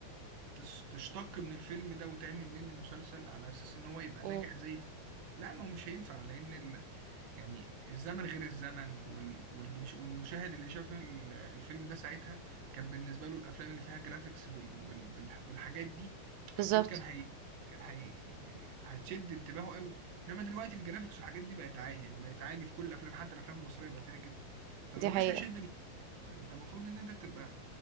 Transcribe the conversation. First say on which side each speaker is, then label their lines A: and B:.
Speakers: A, on the right (about 70°); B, on the right (about 85°).
A: تس تشتق من الفيلم ده وتعمل منه مسلسل على أساس إن هو يبقى
B: مهم.
A: ناجح زي الف لأ ما هو مش هينفع لأن ال يعني الزمن غير الزمن وال... واللي مش... والمشاهد اللي شاف ال- الفيلم ده ساعتها كان بالنسبة له الأفلام اللي فيها جرافيكس بال... بال... بال... بالحاجات دي
B: بالظبط
A: أكيد كان هي كان هي يعني هتشد انتباهه قوي إنما دلوقتي الجرافيكس والحاجات دي بقت عادي يعني بقت عادي في كل الأفلام حتى الأفلام المصرية بقى فيها كده فما
B: دي
A: بقاش
B: حقيقة
A: هيشد المشاهد. فأنت المفروض إن أنت تبقى